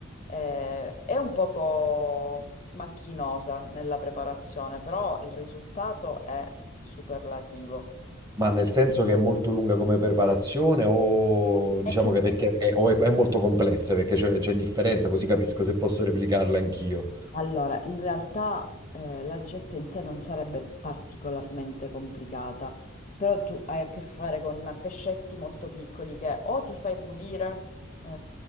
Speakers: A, on the left; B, on the right.
A: Eh, è un poco macchinosa nella preparazione, però il risultato è superlativo.
B: Ma nel senso che è molto lunga come preparazione o
A: È
B: diciamo
A: che
B: che perché è, o è, è molto complessa, perché c'è c'è differenza, così capisco se posso replicarla anch'io.
A: Allora, in realtà eh, la ricetta in sé non sarebbe particolarmente complicata, però tu hai a che fare con pescetti molto piccoli che o ti fai pulire eh,